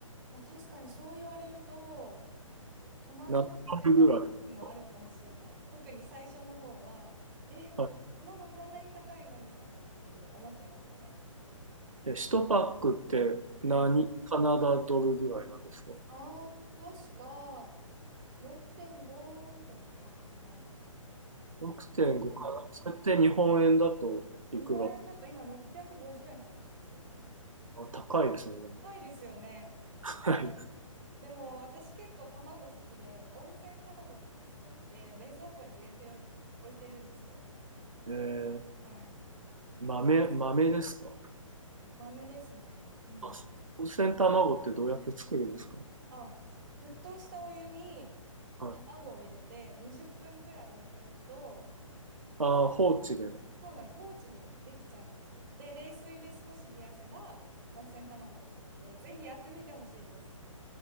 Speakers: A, on the right; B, on the right.
A: まあ確かにそう言われると、戸惑ってた時期もあるかもしれない。
B: 何ドルぐらいですか
A: 特に最初の方は、え、
B: あ、
A: 卵こんなに高いのみたいな感じで思ってましたね。
B: え、1パックって何カナダドルぐらいなんですか
A: うん。ああ、確か、6.5とかかな。
B: ?6.5
A: なので
B: かなそれって日本円だといくら
A: 日本円だと今650円とかすると思います。
B: あ、高いですね、でも。
A: 高いですよね。そう
B: 高い
A: でも私結構卵好きで、温泉卵とか作って冷蔵庫に入れておい、置いてるんですよ。
B: えー、
A: はい。
B: 豆、豆ですか
A: 豆ですね。うん。
B: あ、温泉卵ってどうやって作るんですか
A: あ、沸騰したお湯に卵を入れて20分くらい置いておくと、
B: はい。あー、放置で
A: そうなんです。放置でできちゃうんですよ。で、冷水で少し冷やせば温泉卵になるので、ぜひやってみてほしいです。